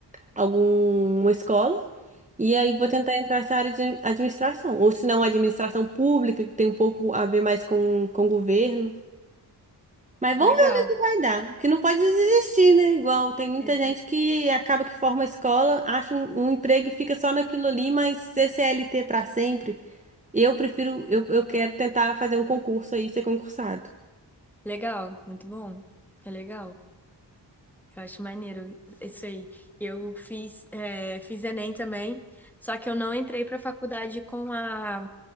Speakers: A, on the right; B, in the centre.
A: alguma escola e aí vou
B: uhum.
A: tentar entrar nessa área de administração. Ou se não, administração pública, que tem um pouco a ver mais com, com governo. Mas vamos
B: Legal.
A: ver o que que vai dar. Porque não pode desistir, né? Igual tem muita
B: É.
A: gente que acaba que forma a escola, acha um, um emprego e fica só naquilo ali, mas ser CLT para sempre. Eu prefiro, eu, eu quero tentar fazer um concurso aí, ser concursado.
B: Legal, muito bom. É legal. Eu acho maneiro isso aí. Eu fiz, é, fiz Enem também, só que eu não entrei para a faculdade com a,